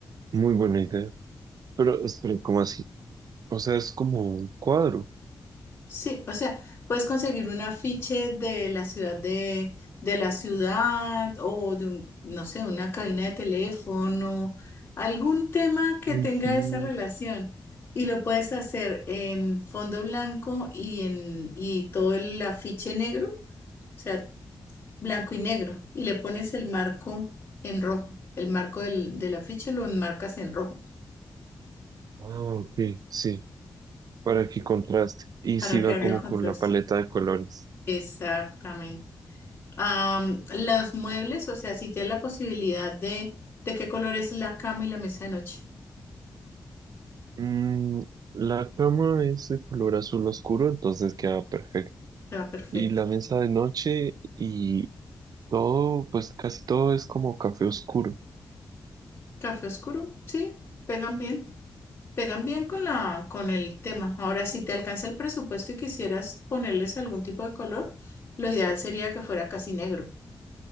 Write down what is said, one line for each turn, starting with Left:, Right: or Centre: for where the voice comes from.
Right: Muy buena idea. Pero, espera, ¿cómo así? O sea, es como un cuadro.
Left: Sí, o sea, puedes conseguir un afiche de la ciudad de, de la ciudad o de, un- no sé, una cabina de teléfono, algún tema que
Right: Ay,
Left: tenga
Right: sí.
Left: esa relación. Y lo puedes hacer en fondo blanco y en y todo el afiche negro. O sea, blanco y negro y le pones el marco en rojo. El marco del, de la ficha lo enmarcas en rojo
Right: Ah, ok. Sí, para que contraste. Y
Left: para
Right: sí
Left: que
Right: va
Left: haga
Right: como
Left: el contraste.
Right: con la paleta de colores.
Left: Exactamente. Am, los muebles, o sea, si tienes la posibilidad de, de qué color es la cama y la mesa de noche,
Right: Mm, la cama es de color azul oscuro, entonces queda perfecto.
Left: te va perfecto.
Right: Y la mesa de noche y todo, pues casi todo es como café oscuro.
Left: Café oscuro, sí, pegan bien, pegan bien con la, con el tema. Ahora, si te alcanza el presupuesto y quisieras ponerles algún tipo de color, lo ideal sería que fuera casi negro.